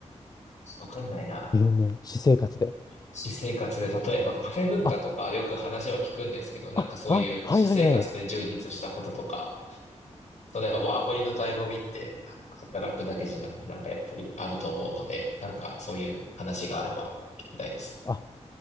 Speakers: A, on the left; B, on the left.
A: わかんないな。
B: 有名、私生活で。
A: 私生活で、例えばカフェ文化とかよく話は聞くんですけど、
B: あ、
A: なんかそういう私生活で充実したこととか、
B: あ、あ、はいはいはい。
A: そのやっぱワーホリの醍醐味ってあ働くだけじゃなくてなんかやっぱりあると思うので、なんかそういう話があれば聞きたいです。
B: あ、